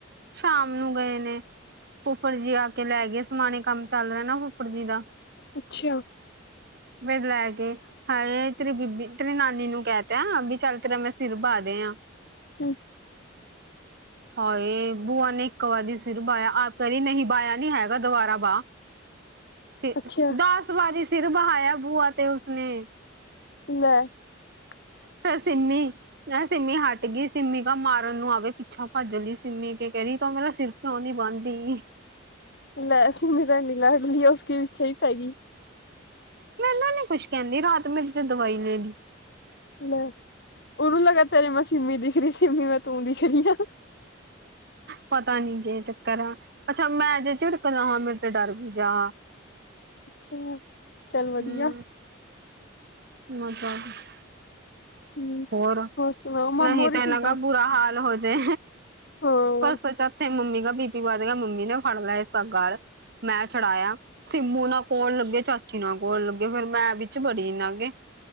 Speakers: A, on the right; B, on the left.
A: ਸ਼ਾਮ ਨੂੰ ਗਏ ਨੇ ਉਫਰ ਜੀ ਆ ਕੇ ਲੈ ਗਏ ਸਮਾਣੇ ਕੰਮ ਚੱਲ ਰਿਹਾ ਨਾ ਫੁਫਰ ਜੀ ਦਾ
B: ਅੱਛਾ
A: ਫਿਰ ਲੈ ਕੇ। ਹਾਏ। ਤੇਰੀ ਬੀਬੀ ਤੇਰੀ ਨਾਨੀ ਨੂੰ ਕਹਿ ਤ ਵੀ ਚੱਲ ਤੇਰਾ ਮੈਂ ਸਿਰ ਵਾ ਦੇ- <unintelligible>
B: ਹਮ
A: ਹਾਂ ਇਹ ਬੂਆ ਨੇ ਇੱਕ ਵਾਰੀ ਸਿਰ ਬਾਇਆ ਆਪ ਕਹਿ ਰਹੀ ਨਹੀਂ ਬਾਇਆ ਨੀ ਹੈਗਾ ਦੁਬਾਰਾ ਬਾਹ ਫ
B: ਅੱਛਾ
A: ਦਸ ਵਾਰੀ ਸਿਰ ਬਹਾਇਆ ਬੂਆ ਤੇ ਉਸਨੇ
B: <unintelligible>
A: ਫ ਸਿੰਮੀ ਸਿੰਮੀ ਹੱਟ ਗਈ ਸਿੰਮੀ ਕ ਮਾਰਨ ਨੂੰ ਆਵੇ ਪਿੱਛਾ ਭੱਜ ਲਈ ਸਿੰਮੀ ਕੇ ਰੀ ਤੋਂ ਮੇਰਾ ਸਿਰ ਕਿਉਂਦੀ ਬਾਦੀ
B: ਲੈਸੀਮੀ ਤਾਂਨੀ ਲੜ ਲਈ ਉਸਕੇ ਪਿੱਛੇ ਹੀ ਪੈ ਗਈ
A: ਮੈੂੰ ਨੀ ਕੁਛ ਕਹਿੰਦੀ ਰਾਤ ਮੇਰੀ ਤੇ ਦਵਾਈ ਲੈਣੀ
B: ਲੈ ਉਹਨੂੰ ਲੱਗਾ ਤੇਰੇ ਮੈਂ ਸਿੰਮੀ ਦਿਖ ਰਹੀ ਸਿਮੀ ਮੈਂ ਤੂੰ ਦਿਖ ਰਹੀ ਆ <unintelligible>
A: ਪਤਾ ਨੀ ਕਿ ਚੱਕਰ ਆ ਅੱਛਾ ਮੈਂ ਜੇ ਝਿੜਕਦਾ ਹਾਂ ਮੇਰੇ ਤੇ ਡਰ ਵੀ ਜਾ
B: ਅੱਛਾ ਚੱਲ ਵਧੀਆ
A: ਹੂੰ, <unintelligible>
B: ਹੂੰ
A: ਹੋਰ
B: ਸੁਣਾਓ ਮਾਮੂ
A: ਨਹੀਂ
B: ਹੋਰੀ
A: ਤਾਂ ਇਹਨਾਂ
B: ਠੀਕ
A: ਗ
B: ਆ
A: ਬੁਰਾ ਹਾਲ ਹੋਜੇ
B: ਹਾਂ
A: ਪਰਸੋਂ ਚੌਥੇ ਮੰਮੀ ਬੀ ਪੀ ਕਦੇ ਗਿਆ ਮੰਮੀ ਨੇ ਫੜ ਲਿਆ ਇਸ ਕਾ ਗੱਲ ਮੈਂ ਚੜਾਇਆ ਸਿੰਮੂ ਨਾਲ ਕੋਲ ਲੱਗੇ ਚਾਚੀ ਨਾਲ ਕੋਲ ਲੱਗੇ ਫੇਿਰ ਮੈਂ ਵਿੱਚ ਬੜੀ ਨਾਗੇ